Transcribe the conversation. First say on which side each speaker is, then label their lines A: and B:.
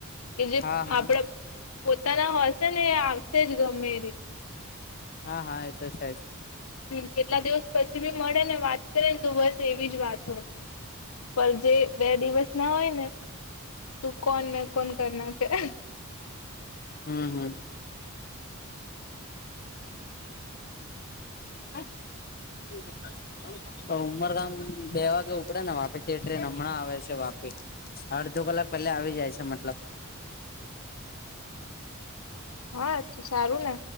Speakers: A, on the left; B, on the left.
A: એ જે
B: હા હા
A: આપડા પોતાના હશે ને એ આવશે જ ગમે એ રીત
B: હા હા એ તો છે જ
A: હમ્મ કેટલા દિવસ પછી બી મળે ને વાત કરે ને તો બસ એવી જ વાત હોય એની પણ જે બે દિવસ ના હોય ને તું કોણ મે કોણ કર નાખે <inaudible>
B: હમ્મ હમ્મ. <inaudible> તો ઉમરગામ બે વાગે ઉપડે ને વાપીથી ટ્રેન હમણાં આવે છે વાપી અડધો કલાક પહેલા આવી જાય છે મતલબ
A: હા અછું સારું ને